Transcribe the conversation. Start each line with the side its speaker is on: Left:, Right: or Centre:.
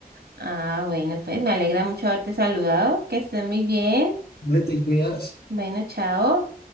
Right: Ah, bueno, pues me alegra mucho haberte saludado. Que estés muy bien.
Left: Le te cuidas.
Right: Bueno, chao.